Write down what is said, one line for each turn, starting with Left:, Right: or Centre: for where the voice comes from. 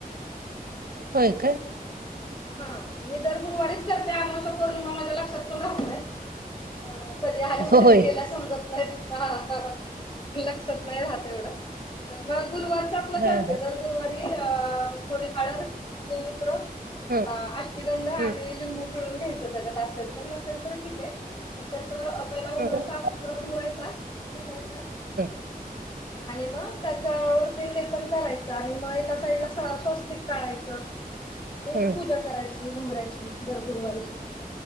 Right: होय काय?
Left: ह मी दर गुरुवारीच करते अमावस्या पौर्णिमा माझ्या लक्षात पण राहत नाहीत. अ कधी आल्या
Right: होय
Left: कधी गेल्या समजत नाहीत. हा ह लक्षात नाही राहत एवढं तर मग गुरुवारच आपलं
Right: हा
Left: करते
Right: हा
Left: दर गुरुवारी अ थोडी हळद, गोमूत्र
Right: हम्म
Left: अ अष्टीगंध आणि
Right: हम्म
Left: लिंबू घ्यायच त्याच्यात असेल तर नसेल तर ठीक ये मग त्याच पहीला
Right: हम्म
Left: उमरा साफ सुतरा धुवायचा, पुसायचा
Right: <inaudible>
Left: आणि मग त्याच्यावर ते लेपन करायचं आणि मग एका साईडला स्वस्तिक काढायचं. आणि
Right: हम्म
Left: पूजा करायची उमबऱ्याची दर गुरुवारी.